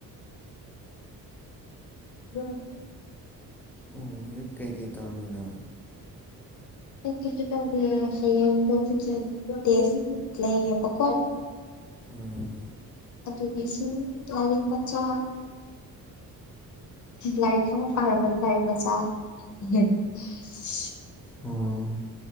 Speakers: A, on the left; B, in the centre.
A: <unintelligible>
B: ꯑꯣ ꯍꯧꯖꯤꯛ ꯀꯩꯀꯩ ꯇꯧꯔꯝꯃꯤꯅꯣ
A: ꯀꯩꯁꯨ ꯇꯧꯗꯦ ꯍꯌꯦꯡꯗꯣ <unintelligible> ꯂꯩꯌꯦꯕꯀꯣ꯫
B: ꯎꯝ
A: ꯑꯗꯨꯒꯤꯁꯨ ꯂꯥꯏꯔꯤꯛ ꯃꯆꯥ, ꯂꯥꯏꯔꯤꯛ <unintelligible> ꯑꯔꯥꯃꯅꯤ ꯂꯥꯏꯔꯤꯛ ꯃꯆꯥ <unintelligible>
B: ꯑꯣ